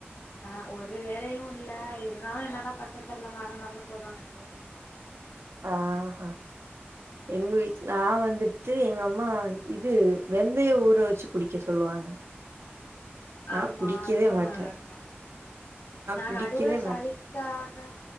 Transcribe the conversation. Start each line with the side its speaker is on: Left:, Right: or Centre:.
Left: அ ஒரு வேலையு இல்ல இருந்தாலு என்னதா பண்றன் தெர்ல மறந்து மறந்து போது ஒனக்கு
Right: ஆஹா எங்க வீட்லா வந்துட்டு எங்க அம்மா இது வெந்தய ஊற வச்சு குடிக்க சொல்லுவாங்க நா
Left: ஆமா
Right: குடிக்கவே
Left: அதுவு
Right: மாட்டே
Left: நல்லதுதா நா
Right: குடிக்கவே
Left: நடுவுல சளிக்காக
Right: மாட்டே